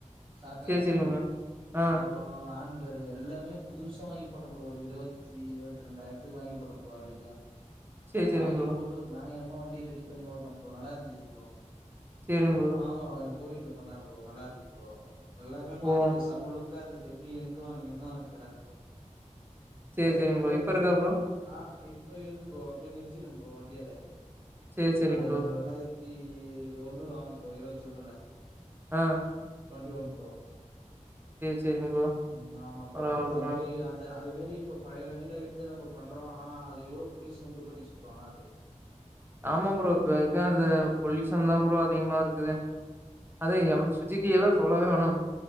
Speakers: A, on the right; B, on the right.
A: சாக்காப்ஸ்ரு
B: சரி சரிங்க ப்ரோ ஆ
A: அப்புற ஆண் பெரு எல்லாமே புதுசா வாங்கி போட்டே ப்ரோ ஒரு இருவத்தி இருவத்தி ரெண்டாயிரத்துக்கு வாங்கி போட்டே ப்ரோ அல்லத்தியும்
B: சரி சரிங்க
A: வாங்கி
B: ப்ரோ
A: போட்டு பயங்கர மா வண்டிய ரெடிப்பண்ணி ஓட்னன் ப்ரோ நல்லாயிருந்து ப்ரோ
B: சரிங்க ப்ரோ
A: மாமா வ கோவிட்லப் பண்ணாரு ப்ரோ நல்லாருந்தது ப்ரோ அ எல்லாமேப் பாக்கத்துக்
B: ஓ
A: செம லுக் உக்காந்த பெட்டி எங்க வாங்குனிங் எங்க வாங்குனிங் கேட்டாங் ப்ரோ
B: சேரி
A: அதுமாரி
B: சேரிங்
A: கூடோ
B: ப்ரோ இப்ப இருக்கா
A: இப்பப்
B: ப்ரோ
A: பாத்னா ஆஹ் ஐ இப்பயிருக்கு ப்ரோ அப்டியே நிறுத்திட்ட ப்ரோ வண்டி அத
B: சேரி சேரிங்
A: அது
B: ப்ரோ
A: ரெண்டாயிரத் உம் ஒண்ணுல வாங்ன்து ப்ரோ இருவத்தி ஒண்ணுல
B: ஆஹ்
A: ட்வென்டி ஒன் ப்ரோ
B: சேரிங் ப்ரோ
A: உம் ஆமா
B: பரவால்ல
A: ப்ரோ அது
B: பரவால்ல
A: மேரி அந்த அது மே இப்பொ பழைய வண்டிலாம் எடுத்து நம்ப பண்றோம் ஆனா அது எவ்ளோப் பொலியூஷன் உண்டுப்பண்ணிச்சு ப்ரோ ஆனா அது
B: ஆமாம் ப்ரோ இப்பருக்க அந்த பொல்யூசன் தா ப்ரோ அதிகமாருக்குது அத எம் சுஜிகியலாம் சொல்லவே வேணம்